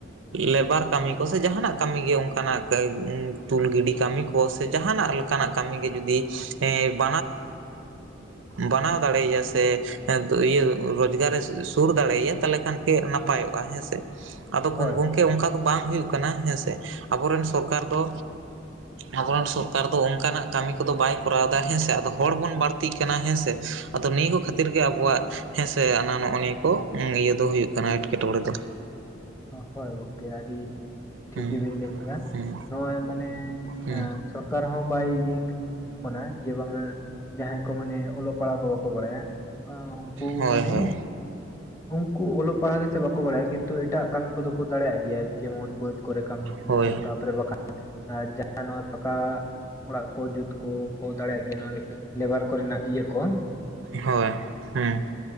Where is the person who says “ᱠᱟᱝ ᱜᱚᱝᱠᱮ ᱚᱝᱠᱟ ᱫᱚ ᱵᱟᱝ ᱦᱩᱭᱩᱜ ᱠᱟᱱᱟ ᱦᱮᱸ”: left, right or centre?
Right